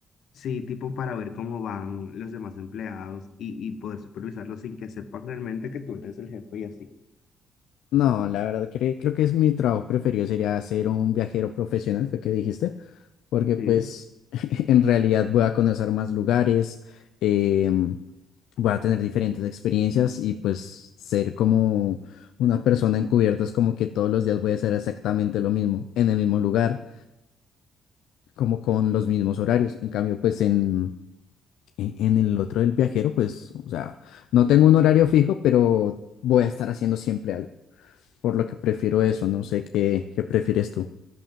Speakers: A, on the left; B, on the left.
A: Sí, tipo para ver cómo van los demás empleados y, y poder supervisarlos sin que sepan realmente que tú eres el jefe y así.
B: No, la verdad cre- creo que es mi trabajo preferido sería ser un viajero profesional, fue que dijiste. porque
A: Sí,
B: pues <laughs> en realidad voy a conocer más lugares, em, voy a tener diferentes experiencias y pues ser como una persona encubierta es como que todos los días voy a hacer exactamente lo mismo, en el mismo lugar, como con los mismos horarios. En cambio, pues en, en en el otro del viajero, pues, o sea, no tengo un horario fijo, pero voy a estar haciendo siempre algo, por lo que prefiero eso, no sé qué, qué prefieres tú.